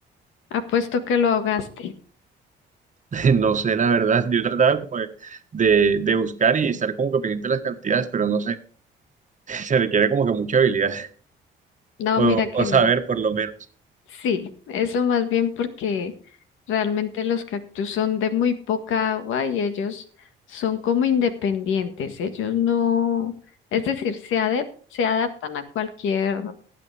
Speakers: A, on the left (about 85°); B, on the right (about 40°).
A: Apuesto que lo ahogaste.
B: <laughs> No sé, la verdad, yo trataba como de, de de buscar y estar como que pendiente de las cantidades, pero no sé, <laughs> se requiere como que mucha habilidad.
A: No,
B: o,
A: mira que
B: o saber
A: no.
B: por lo menos.
A: Sí, eso más bien porque realmente los cactus son de muy poca agua y ellos son como independientes. Ellos no, es decir, se ade- se adaptan a cualquier